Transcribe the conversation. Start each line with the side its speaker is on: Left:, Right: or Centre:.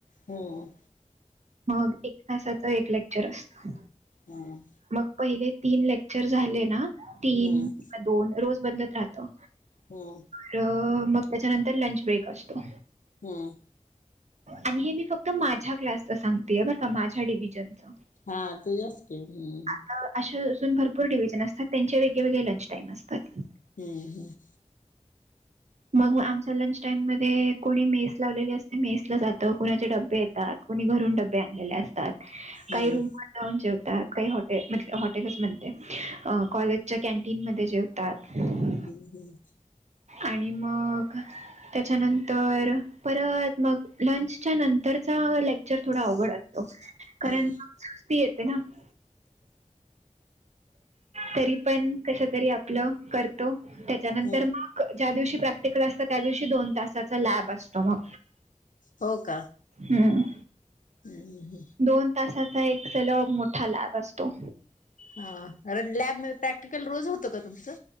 Left: हम्म.
Right: मग एक तासाच एक लेक्चर असत.
Left: हम्म.
Right: मग पहिले तीन लेक्चर झाले ना तीन
Left: हम्म हम्म
Right: दोन रोज बदलत राहतं.
Left: हम्म
Right: तर मग त्याच्यानंतर लंच ब्रेक असतो.
Left: हम्म
Right: आणि हे मी फक्त माझ्या क्लासच सांगते बरं का माझ्या डिवीजनच.
Left: हा तुझ्याच की, हम्म
Right: आता अशा अजून भरपूर डिव्हिजन असतात त्यांचे वगळेवेगळे लंच टाइम असतात.
Left: हम्म हम्म.
Right: मग आमच्या लंच टाईम मध्ये कोणी मेस लावलेले असते, मेस ला जातं कुणाचे डबे येतात. कोणी घरून डबे आणलेले असतात
Left: हम्म
Right: काही रूम वरून जेवतात काही हॉटे हॉटेलच म्हणते कॉलेजच्या कॅनटीनमध्येध्ये जेवतात.
Left: हम्म हम्म.
Right: आणि मग. त्याच्यानंतर परत मग लंचच्या नंतरचा लाईक विचार थोडा अवघड असतं कारण
Left: हम्म
Right: ती येते ना <inaudible> तरी पण कसं तरी आपलं करतो त्याच्यानंतर
Left: हम्म
Right: मग, ज्या दिवशी प्रॅक्टिकल असत त्या दिवशी दोन तासाचा लॅब असतो मग.
Left: हो का.
Right: हम्म.
Left: हम्म हम्म.
Right: दोन तासाचा एक सलग मोठा लॅब असतो.
Left: हा अरे लॅबमध्येध्ये प्रॅक्टिकल रोज होतं का तुमचं.